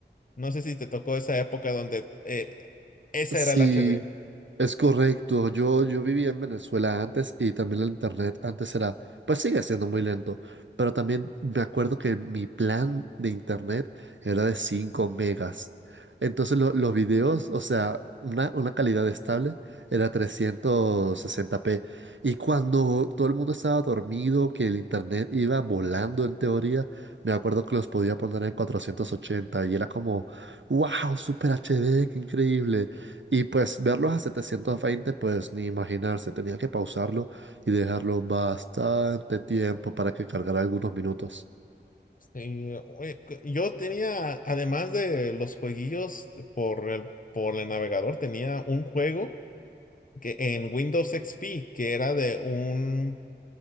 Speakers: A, on the left; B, on the right.
A: No sé si te tocó esa época donde eh, esa
B: Sí,
A: era el HD.
B: Es correcto, yo, yo vivía en Venezuela antes y también el internet antes era, pues sigue siendo muy lento, pero también me acuerdo que mi plan de internet era de 5 megas. Entonces lo- los videos, o sea, una, una calidad estable era 360p. Y cuando todo el mundo estaba dormido, que el internet iba volando en teoría, me acuerdo que los podía poner en 480 y era como, wow, super HD, qué increíble. Y pues verlos a 720 pues ni imaginarse, tenía que pausarlo y dejarlo bastante tiempo para que cargara algunos minutos.
A: Y, oye, que- yo tenía, además de los jueguillos por el, por el navegador, tenía un juego que en Windows XP que era de un...